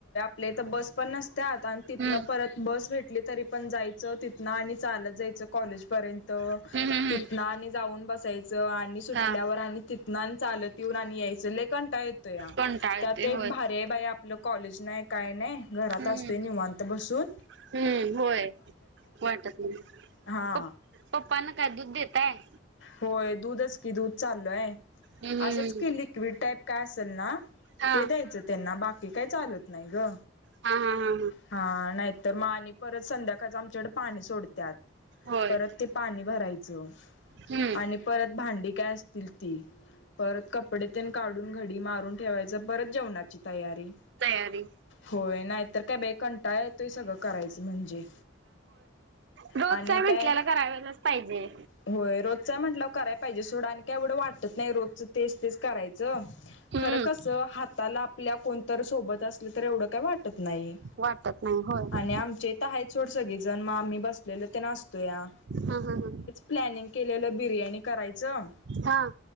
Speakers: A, on the left; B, on the right.
A: आपले तर बस पण नसत्यात आणि
B: हम्म
A: तिथनं परत बस भेट. तरी पण जायच तिथ आणि चालत जायच कॉलेज पर्यंत
B: हम्म हम्म हम्म
A: तिथ. जाऊन बसायचं आणि सुटल्यावर
B: हा
A: आणि तिथना चालत येऊन आणि यायचंक. कंटा येतो या
B: कंटाळ
A: त्यात
B: येतोय
A: एक
B: होय.
A: भार बाई आपलं कॉलेज नाही काय नाही घरात
B: हम्म
A: असतोय निवांत. त बासून
B: हम्म होय वाटत नाही
A: हा
B: प पप्पना काय दूध देतय.
A: होय दूधच की दूध चालू आहे
B: हम्म
A: असंच केली. ट्विट टाईप काय असेल ना.
B: हा
A: ते द्यायचं त्यांना बाकी काही चालत नाही ग
B: हा हा हा
A: हा नाही. तर मा आणि परत संध्याकाळ आमच्याकड पाणी सोडतात
B: होय
A: परत ते पाणी भरायचं.
B: हम्म
A: आणि परत भांडी काय असतील ती परत कपडे तेन काढून घडी मारून ठेवायचं परत जेवणाची तयारी
B: तयारी
A: होय नाही तर काय बाई कंटाळ येतोय सगळं करायचं म्हणजे
B: रोजच
A: आणि
B: च आहे म्हटल्याला
A: काय
B: करायलाच पाहिजे.
A: होय रोजचाय म्हटलं कराय पाहिजे सोडा आण काही एवढं वाटत नाही रोजच तेच तेच करायचं.
B: हम्म
A: खरं कसं हाताला आपल्या कोण तर सोबत असलं तर एवढं काही वाटत नाही.
B: वाटत नाही होय.
A: आणि आमचे तर आहे सोड सगळे जण् मग आम्ही बसलेले ते नासतो या.
B: हा हा हा
A: प्लॅनिंग केलेलं बिर्याणी करायचं.
B: हा हा